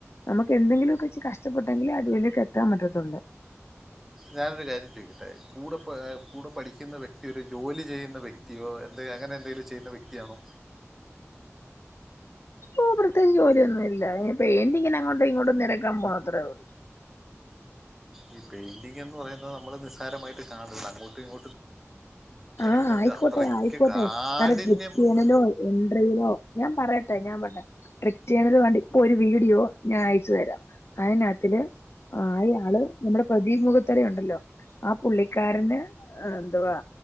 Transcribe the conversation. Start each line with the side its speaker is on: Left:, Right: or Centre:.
Left: നമുക്ക് എന്തെിലുമൊക്കെച്ച് കഷ്ടപ്പെട്ടങ്കിൽ അരുലേക്ക് എത്താ പറ്റത്തുള്
Centre: ഞാനൊരു കാര്യം ചെയോയിട്ടെ കൂടെ കൂടെ പഠിക്കുന്ന വ്യക്തി ഒരു ജോലി ചെയ്യുന്ന വ്യക്തി വക്തിയോ എന്ത് അങ്ങനെ എന്തെലും ചെയ്യുന്ന വ്യക്തിയാണോ
Left: ഓഹ് പ്രത്യേകം ജോലിയൊന്നുമില്ല ഇല്ല പെഎന്റിങിൻ ഇങ്ങനെ അങ്ങോും ഇങ്ങോട്ടും നിരക്കാൻ പോണത്ര ഉള്ളു
Centre: ഈ പെയിന്റിംഗ് എന്ന് പറയുന്നത് നമ്മള് നിസ്സാരമായിട്ട് കാണർത് അങ്ങോട്ടും ഇങ്ങോട്ടും നിനക്ക്
Left: ആഹ് ആയിക്കോട്ടെ
Centre: അത് അത്രയ്ക്ക്
Left: ആയിക്കോട്ടെ
Centre: കാഠിന്യമുള്ള
Left: ഞാന് ട്രിപറ്റ്ണല്ലോ എൻട്രിയിലെ ഞാൻ പറയട്ടെ ഞാൻ പറയട്ടെ റിക്ട് ചെയ്യുന്നതിനു വാണ്ടി ഇപ്പൊ ഒരു വീഡിയോ ഞാൻ അയച്ചു തരാം. അതിനാത്തില് ആഹ് അയാള്. നമ്മുടെ പ്രതിപ് മുഖത്തരുണ്ടല്ലോ ആ പുള്ളിക്കാരന് എന്തുവാ